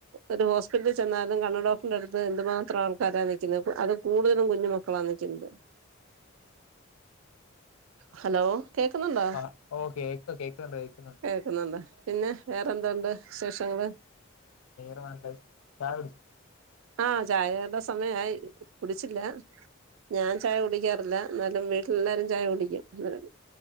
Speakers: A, on the right; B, on the left.
A: ഒരു ഹോസ്പിറ്റലിൽ ചെന്നാലും കണ്ണ് ഡോക്ടറിന്റെ അടുത്ത് അ എന്തുമാത്രം ആൾക്കാരാ നിൽക്കുന്നത് അത് കൂടുതലും കുഞ്ഞ മക്കളാ നിൽക്കുന്നത് ഹലോ കേൾക്കുന്നുണ്ടോ
B: ആ ഓ കേക്ക കേൾക്കുന്നുണ്ട് കേക്കുന്നുണ്ട്
A: കേൾക്കുന്നുണ്ടോ പിന്നെ വേറെന്തണ്ട് വിശേഷങ്ങള്
B: വേറെ എന്താ ചായ കുടിച്ചോ
A: ആഹ ചായയുടെ സമയയി കുടിച്ചില്ല ഞാൻ ചായ കുടിക്കാറില്ല എന്നാലും വീ എല്ലാരും ചായ കുടിക്കും അന്നേരം